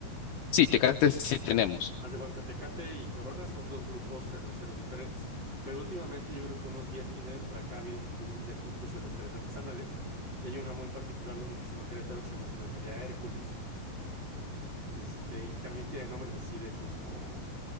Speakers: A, on the left (about 70°); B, on the right (about 30°).
A: Sí, tecates sí tenemos.
B: Bueno, haz de cuenta, Tecate y Corona son dos grupos cerveceros diferentes, pero últimamente yo creo que unos 10 15 años para acá ha habido un boom de justos cerveceros artesanales y hay una muy particular de uno que se llama Querétaro que se llama Cervecería Hércules. Este, y también tiene nombres así de como